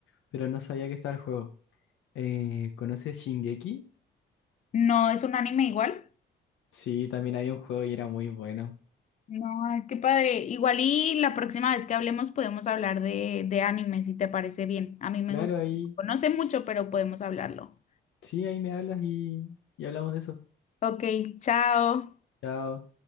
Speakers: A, on the left; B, on the left.
A: pero no sabía que estaba el juego. Eh, ¿conoces Shingeki?
B: No, es un anime igual.
A: Sí, también había un juego y era muy bueno.
B: No, ay, qué padre. Igual y la próxima vez que hablemos podemos hablar de, de anime, si te parece bien. A mí me
A: Claro,
B: gusta.
A: ahí,
B: No sé mucho, pero podemos hablarlo.
A: sí, ahí me hablas y, y hablamos de eso.
B: Ok, chao.
A: Chao.